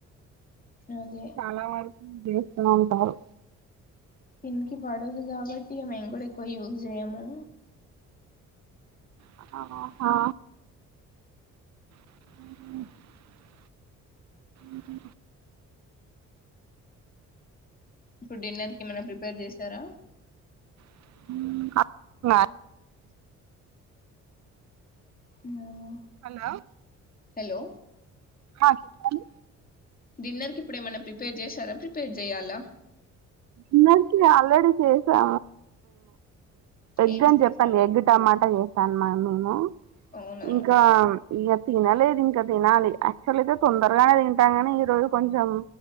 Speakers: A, on the left; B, on the right.
A: అదే
B: చాలా వె ఉందంటారు
A: స్కిన్కి పడదు కాబట్టి మేమ్ కూడ ఎక్కువ యూజ్ చేయము
B: అహ హా <inaudible> ఉహు
A: ఇప్పుడ్ డిన్నర్ కి ఏమైనా ప్రిపేర్ చేసారా
B: <inaudible>
A: అవున
B: హలో
A: హెలో
B: హా చెప్పాలి
A: డిన్నర్కి ఇప్పుడెమన్నా ప్రిపేర్ చేశార ప్రిపేర్ చెయ్యాల
B: ఇందాకే ఆల్రెడీ చేసా ఎగ్
A: ఏం
B: అని
A: స్పెషల్
B: చెప్పాన్గ ఎగ్ టమాటా చేస్తాను మ మేము
A: అవునా
B: ఇంకా ఇక తినలేదు ఇంకా తినాలి యాక్చువల్ అయితే తొందరగానే తింటాం గానీ ఈ రోజు కొంచెం